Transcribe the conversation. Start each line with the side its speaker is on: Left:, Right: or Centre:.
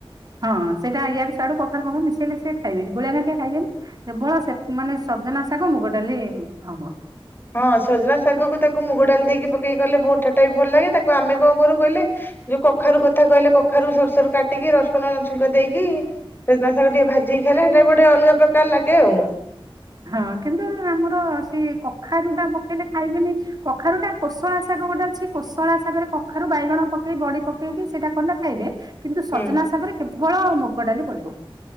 Right: ହଁ ସେଇଟା ଏଆଡୁସିଆଡ଼ୁ କଖାରୁପଖାରୁ ମିଶେଇଲେ ସେ ଖାଇବେନି ଗୋଳିଆଘାଣ୍ଟିଆ ଖାଇବେନି କେବଳ ସେ ମାନେ ସଜନା ଶାଗ ମୁଗ ଡାଲି ହବ।
Left: ହଁ ସଜନା ଶାଗକୁ ତାକୁ ମୁଗ ଡାଲି ଦେଇକି ପକେଇିଲେ ବୋଟା ଟା ବି ଭଲ ଲାଗେ ତାକୁ ଆମେ କଣ କରୁ କହିଲେ ଯୋଉ କଖାରୁ କଥା କହିଲେ କଖାରୁ ସରୁ ସରୁ କାଟିକି ରସୁଣଛୁଙ୍କ ଦେଇକି ସଜନାଶାଗ ଟିକେ ଭାଜିକି ଖାଇଲେ ସେଇଟା ବି ଗୋଟେ ଅଲଗା ପ୍ର କାର ଲାଗେ ଆଉ।
Right: ହଁ କିନ୍ତୁ ଆମର ସେ କଖାରୁ ଟା ପକେଇଲେ ଖାଇବେନି କଖାରୁୁ ଟା କୋଶଳା ଶା ଗୋଟେ ଅଛି କୋଶଳା ଶାଗରେ କଖାରୁ ବାଇଗଣ ପକେଇ ବଡି ପକେଇକି ସେଇଟା କଲେ ଖାଇବେ କିନ୍ତୁ
Left: ହୁଁ
Right: ସଜନାଶାଗରେ କେବଳ ମୁଗ ଡାଲି ପଡିବ।